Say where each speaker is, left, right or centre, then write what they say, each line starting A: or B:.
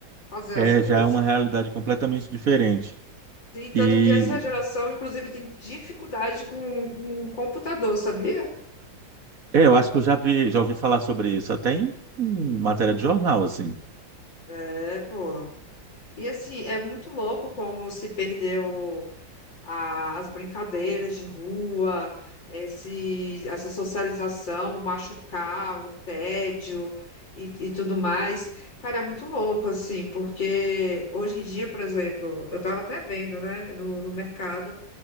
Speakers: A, on the left; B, on the right.
A: fazer
B: É,
A: as coisas.
B: já é uma realidade completamente diferente.
A: Sim, tanto
B: E
A: que essa geração, inclusive, tem dificuldade com, com computador, sabia?
B: é, eu acho que eu já vi, já ouvi falar sobre isso até em, em matéria de jornal, assim.
A: É, pô. E assim, é muito louco como se perdeu a- as brincadeiras de rua, esse, essa socialização, o machucar, o tédio e, e tudo mais. Cara, é muito louco, assim, porque hoje em dia, por exemplo, eu estava até vendo, né, no, no mercado,